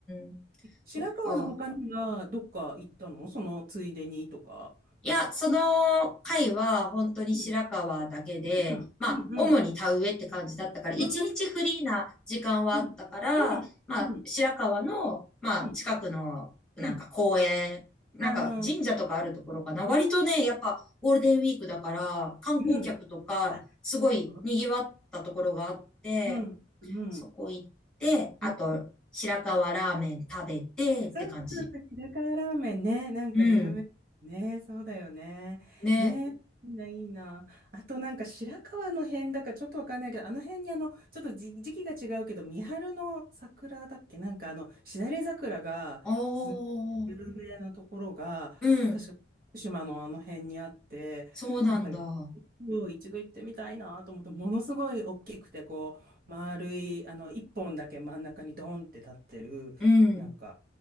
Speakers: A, in the centre; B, on the right (about 50°).
A: ん、そっか。
B: 白川の他にはどっか行ったのそのついでにとか。
A: いや、その回は本当に白川だけで、
B: うん、うん、
A: まあ、
B: うん、
A: 主に田植えって感じだったから、
B: うん。
A: 一日フリーな時間はあったから、
B: うん、うん、
A: まあ、
B: うん、
A: 白川の、まあ、
B: うん、
A: 近くの、なんか公園、
B: うん。
A: なんか神社とかあるところかな。
B: ああ、
A: 割とね、やっぱゴールデンウィークだから、観光客とか、
B: うん。あ、
A: すごい賑わったところがあって、
B: そう。うん、うん、
A: そこ行って、あと、
B: うん。
A: 白川ラーメン食べてって感じ。
B: そうそうそう、ひらからラーメンね、なんか有名ね、
A: うん。
B: そうだよね。
A: ね。
B: ね、いいな、いいな。あとなんか白河の辺だかちょっとわかんないけど、あの辺にあの、ちょっとじ時期が違うけど、三春の桜だっけなんかあの、しだれ桜が、
A: ああ。
B: す有名なところが、
A: うん。
B: 確か福島のあの辺にあって、
A: そうなんだ。
B: なんかもう一度行ってみたいなと思って、ものすごい大きくて、こう、丸い、あの、一本だけ真ん中にドンって立ってる、
A: うん。
B: なんか、